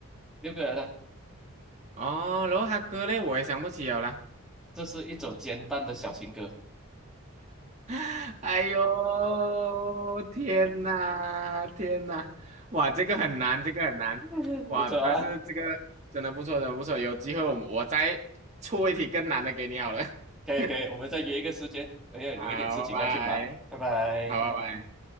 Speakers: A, in the centre; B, on the right.
A: 六个人的，
B: 哦，然后他哥嘞，我也想不起了啦
A: 这是一首简单的小情歌，
B: <laughs> 哎呦，天呐，天呐，哇，这个很难，这个很难，
A: <laughs>
B: 哇，
A: 不错啊。
B: 但是这个真的不错，真的不错，有机会我们我再出一题更难的给你好了。
A: 可以可以，
B: <laughs>
A: 我们再约一个时间，哎呀，
B: 好，
A: 有一点事情要去忙，
B: 拜拜，
A: 拜拜。
B: 好，拜拜。